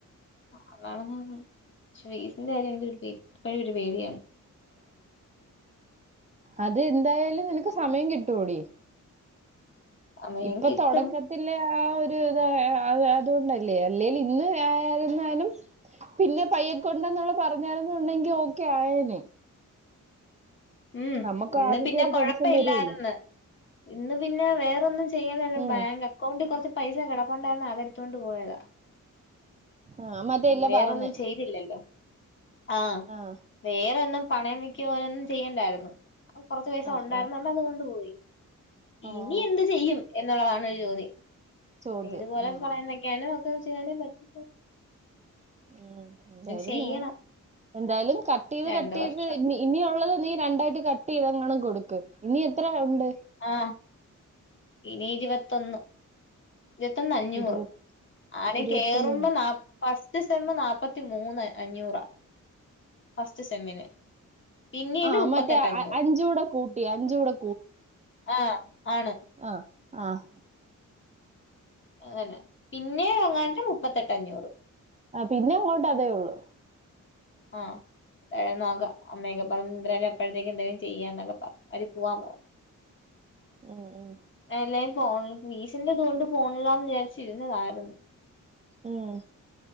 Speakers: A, on the left; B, on the right.
A: അതാണ പക്ഷെ ഫീസിന്റെ കാര്യം എരു ഇപ്പോഴും ഒരു പേടിയാണ്
B: അത് എന്തായാലും നിനക്ക് സമയം കിട്ടൂടി
A: സമയം
B: ഇപ്പൊ
A: കിട്ടും
B: തുടക്ക ല്ലെ ആ ഒരു ഇത അതുകൊണ്ടല്ലേ അല്ലെൽ ഇന്ന് പിന്നെ പയ്യക്കൊണ്ടന്നുള്ള പറഞ്ഞരുന്നുുണ്ടെങ്കി ഓക്കെ ആയേനെ
A: ഉം
B: നമുക്ക്
A: ഇന്നപിന്നെ
B: ആദ്യത്തെ ഒരു
A: കൊഴപ്പ
B: ടെൻഷൻ വരുവല്ലോ
A: ഇല്ലായിന്ന് ഇന്ന് പിന്നെ വേറോന്നും ചെയ്യണല്ലപ്ലാൻ
B: ഉം
A: അക്കൗണ്ടിൽ കുറച്ച് പൈസ കിടക്കൊണ്ടായിരുന്നു ആതടുത്തുകൊണ്ട് പോയത്
B: ആ മറ്റേ ഇല്ല
A: വേറോന്നും
B: പറഞ്ഞ്
A: ചെയ്തില്ലല്ലോ ആഹ
B: ആഹ
A: വേറോന്നും പണയംമിക്ക ഓരൊന്നും ചെയ്യണ്ടായിരുന്നു അപ്പ കുറച്ച പൈസ
B: ആ
A: ഉണ്ടായിരുന്നുണ്ട്
B: ആ
A: അതുകൊണ്ട് പോയി
B: ഓ
A: ഇനി
B: ഓ
A: എന്ത് ചെയ്യും എന്നുള്ളതാണ് ഒരു ചോദ്യം
B: ചോദ്യം
A: നീ ഇതുപോലെ
B: ഉം
A: പറയുന്ന കനോ അക്കെ ചെയ്യാേ പറ്റി
B: ഉ എന്തായാലും
A: ചെയ്യണം
B: നോ എന്തായാലും കട്ട് ചെയ്ത്
A: രണ്ട്
B: കട്ട് ചെയ്ത്
A: വർഷം
B: ഇ ഇനി ഉള്ളത് നീ രണ്ടായിട്ട് കട്ട് ചെയ്തങ്ങും കൊടുക്കും ഇനി എത്ര ഉണ്ട്
A: ആഹ ഇനി ഇരുപത്തൊന്ന് ഇരുപത്തൊന്ന് അഞ്ഞൂറ്
B: ഇരുപ
A: ആരും
B: ഇരുപത്തൊന്ന്
A: കേറുമ്പോ നാ ഫസ്റ്റ് സെമ്മ നാപ്പത്തി മൂന്ന് അഞ്ഞൂറാ ഫസ്റ്റ് സെമ്മിന് പിന്നീല്
B: ആ
A: മുപ്പത്തെ
B: മറ്റേ
A: എട്ട് അഞ്ഞൂറ്
B: അ- അഞ്ചൂടെ കൂട്ടി അഞ്ചൂടെ
A: ആഹ് ആണ്.
B: ആഹ് ആഹ്.
A: അങ്ങനെ പിന്നെ അങ്ങാട്ട് മുപ്പത്തെട്ട് അഞ്ഞൂറ്.
B: ആഹ് പിന്നെ അങ്ങോട്ട് അതേ ഉള്ളൂ.
A: ആഹ്. നോക്ക അമ്മയൊക്കെ പറഞ്ഞ എന്താലും അപ്പോഴത്തേക്ക് എന്തെങ്കിലും ചെയ്യാ എന്നൊക്കെ പറ അവര് പോവാൻ പറഞ്ഞ്.
B: ഉം ഉം
A: എല്ലാ പോ വീസിന്റെ ഇതുകൊണ്ട് പോണില്ലാന്ന് വിചാരിച്ചിരുന്നതായിരുന്നു.
B: ഉം.